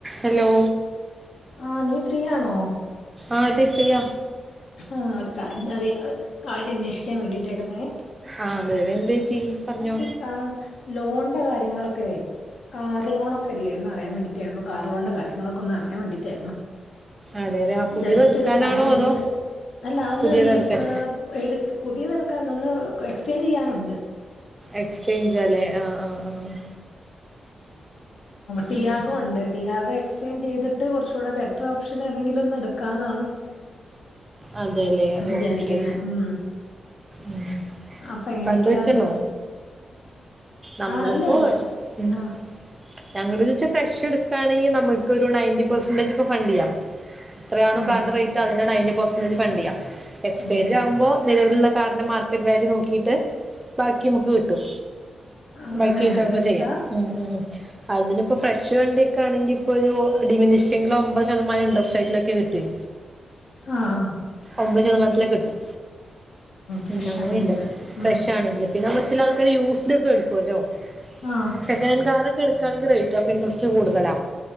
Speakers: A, on the right; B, on the left.
A: Hello
B: ആഹ് നീ free ആണോ
A: ആഹ് തെ ഫ്രീയ്യ
B: ആഹ് കാര്യം ത് കാര്യം അന്വേഷിക്കാൻ വേണ്ടിട്ടായിരുന്നെ
A: ആഹ് അതേലേ എന്തറ്റി പറഞ്ഞോ
B: കാ ലോണിന്റെ കാര്യങ്ങളൊക്കെ കാർ ലോണൊക്കെ ല്ലേന്ന് അറിയാൻ വേണ്ടിട്ടായിരുന്നു കാറിലോൺൻ്റെ കാര്യങ്ങളൊക്കെ ഒന്ന് അറിയാൻ വേണ്ടിട്ടായിരുന്നു
A: അതെ അതെ ആ പുതിയത്
B: ജസ്റ്റ്
A: എടുക്കാനാണോ
B: ഒരു പ്ലാൻ
A: അതോ
B: ണ്ട് അല്ല ഒന്ന്
A: പുതിയത്
B: റീ
A: എടുക്കാൻ
B: പേ എ പുതിയത് എടുക്കാന്ന് ഒന്ന് എക്സ്ചേഞ്ച് ചെയ്യാനുണ്ട്
A: എക്സ്ചേഞ്ച് ല്ലേ ആഹ് ആഹ് ആഹ്
B: ടിയാഗ
A: ഉം.
B: ഉണ്ട് <inaudible> ടിയാക എക്സ്ചേഞ്ച് ചെയ്തിട്ട് കുറച്ചുടെ ബെറ്റർ ഓപ്ഷൻ ഏതെങ്കിലും ഒന്ന് എടുക്കാന്നാണ്
A: അതല്ലേ
B: വിചാരിക്കുന്നത്
A: ഓക്കേ
B: ഉം
A: ഉം
B: അപ്പൊ എങ്ങനെയൊക്കെയാ
A: കണ്ട് വെച്ചണോ
B: അത്
A: നമ്മളിപ്പോ
B: ആ അല്ല ഒന്ന്
A: <unintelligible>
B: ആ
A: ഞങ്ങള്ച്ച ഫ്രഷ് എടുക്കുകയാണെങ്കിൽ നമുക്ക് ഒരു നയന്റ്റി പെർസെറേജ് ഒക്കെ ഫണ്ട് ചെയ്യാം എത്രയാണോ
B: ഓ
A: കാറിന്റെ റേറ്റ് അതിന്റെ നയന്റി പെർസന്റേജ് ഫണ്ട് ചെയ്യാം എക്സ്ചേഞ്ച്
B: ഫണ്ട് ചെയ്യും
A: ആവുമ്പോ നിലവിലുള്ള കാറിന്റെ മാർക്കറ്റ് വാല്യു നോക്കിയിട്ട് ബാക്കി നമുക്ക് കിട്ടും
B: ആഹ്
A: ബാക്കി
B: അങ്ങനെയാണല്ലേ
A: കട്ടൊക്കെ
B: കിട്ടാ
A: ചെയ്യാം ഉം ഉം ഉം തിനിപ്പോ ഫ്രഷ് വണ്ടിയൊക്കെ ആണെങ്കിൽപ്പൊ ഒരു ഡിമിനിഷ്യങ്ങിൽ ഒമ്പത് ശതമാനം ഇണ്ടർ് സൈറ്റിലൊക്കെ കിട്ടും
B: ആഹ് ആഹ്
A: ഒമ്പത് ശതമാനത്തിലൊക്കെ കിട്ടും,
B: ഫ്രഷ്
A: ഉം അങ്ങനെയുണ്ട്
B: ആണെങ്കില്
A: ഫ്രഷാണെങ്കില്.
B: ഉം
A: പിന്നെ വെച്ചില ആൾകാര് യൂസ്ഡ് ഒക്കെ എടുക്കല്ലോ?
B: ആഹ്
A: സെക്കഡ് കാറൊക്കെ എട്കാണെങ്കിൽ റേറ്റ് ഓഫ് ഇൻറസ്റ്റ് കൂടുതലാ.